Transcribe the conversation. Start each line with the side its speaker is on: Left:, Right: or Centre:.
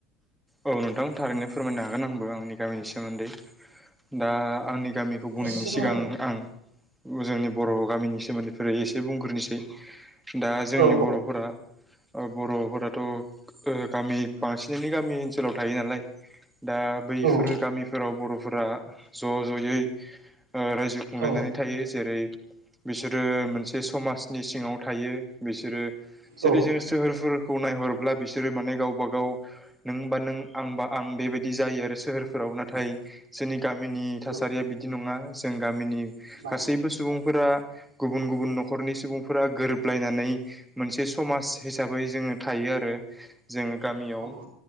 Centre: औ। नोंथां थारैनो फोरमायनो हागोन आंबो आंनि गामिनि सोमोन्दै। दा आंनि गामिखौ बुंनायनि
Right: नोंथां
Centre: सिगां आं जोंनि बर' गामिनि सोमोन्दैफोर एसे बुंग्रोनोसै। दा जोंनि
Right: औ
Centre: बर'फोरा ओ बर'फोराथ' गामि बांसिनैनो गामि ओनसोलाव थायो नालाय। दा बैफोर
Right: औ
Centre: गामिफोराव बर'फोरा ज' ज'यै ओ रायजो खुंलायनानै
Right: औ
Centre: थायो। जेरै बिसोरो मोनसे समाजनि सिङाव थायो। बिसोरो जेरै
Right: औ
Centre: जों सोहोरफोरखौ नायहरब्ला बिसोरो माने गावबा गाव नों बा नों आंबा आं बेबायदि जायो आरो सोहोरफोराव नाथाय जोंनि गामिनि थासारिया
Right: औ
Centre: बिदि नङा। जों गामिनि
Right: नंगौ
Centre: गासैबो सुबुंफोरा गुबुन गुबुन न'खरनि सुबुंफोरा गोरोबलायनानै मोनसे समाज हिसाबै जोङो थायो। आरो जों गामियाव
Right: नंगौ